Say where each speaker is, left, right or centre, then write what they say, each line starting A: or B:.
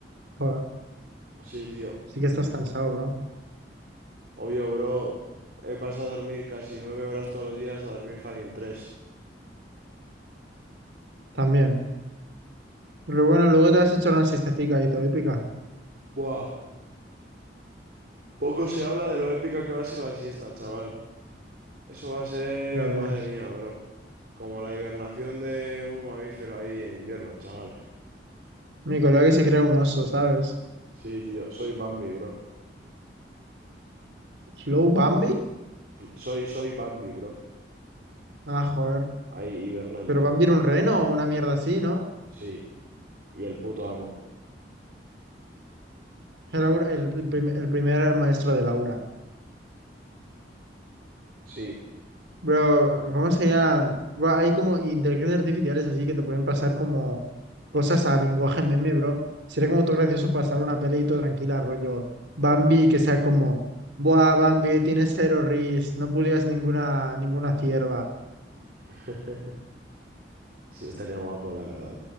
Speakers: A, on the right; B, on the right.
A: Joder,
B: sí, tío.
A: sí que estás cansado, bro.
B: Obvio, bro. He pasado a dormir casi nueve horas todos los días a dormir fucking tres.
A: También. Pero bueno, luego te vas a echar una siestecica ahí todo épica.
B: Buah. Poco se habla de lo épica que va a ser la siesta, chaval. Eso va a ser,
A: Ya ves.
B: madre mía, bro. Como la hibernación de un mamífero ahí en invierno, chaval.
A: Mi colega que se crea un oso, ¿sabes?
B: Sí, tío. Soy Bambi, bro.
A: ¿Slow Bambi?
B: Fl- Soy, soy Bambi, bro.
A: Ah, joder.
B: Ahí hibernando,
A: Pero Bambi
B: bro.
A: era un reno o una mierda así, ¿no?
B: Sí. Y el puto amo.
A: El, aur- el, el prim- el primer maestro de Laura.
B: Sí.
A: Bro, ¿cómo se llama? Buah, Hay como inteligencias artificiales así que te pueden pasar como cosas a lenguaje meme, bro. Sería como todo gracioso pasar una pelea y todo tranquila, rollo Bambi, que sea como, Buah, Bambi, tienes cero ris, no pulías ninguna, ninguna cierva.
B: <laughs> Sí, estaría guapo, la verdad.